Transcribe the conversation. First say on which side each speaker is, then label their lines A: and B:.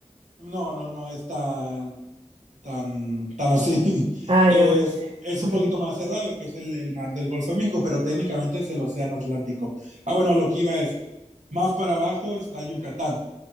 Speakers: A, on the right; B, on the right.
A: no, no, no está, tan, tan así. <laughs>
B: Ah, ya,
A: Es,
B: porque...
A: es
B: Ok,
A: un poquito más cerrado, que es el, el, mar del Golfo de México, pero técnicamente es el Océano Atlántico. Ah, bueno, a lo que iba es, más para abajo está Yucatán.